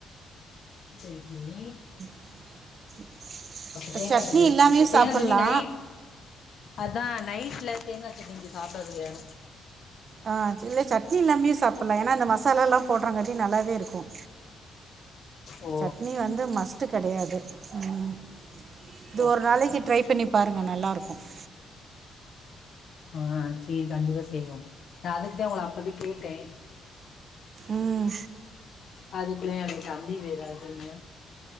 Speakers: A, on the left; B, on the right.
A: செரி ஜெனி
B: <inaudible>
A: தேங்க
B: சட்னி இல்லாமயு
A: தேங்க
B: சாப்பட்லா
A: தனி நைட் அதான் நைட் வீட்டில தேங்காய சட்னி இங்க சாப்படுவதற்கு வேணும்
B: ஆ இல்ல சட்னி இல்லாமே சாப்பட்லாம் ஏன்னா அந்த மசாலல்லாம் போடுறாங்காட்டி நல்லாவே இருக்கும்
A: ஓ
B: சட்னி வந்து மஸ்ட் கெடையாது உம் இது
A: ஓகே
B: ஒரு நாளைக்கு
A: ஓகே
B: ட்ரை பண்ணி பாருங்க நல்லா இருக்கும் <inaudible>
A: ஆஹ செர் கண்டிப்பா செய்வோம் நான் அதுக்குதான் உங்களை அப்பவே கேட்டேன்
B: உம்
A: அதுக்குள்ள எங்க தம்பி வேற அதுங்க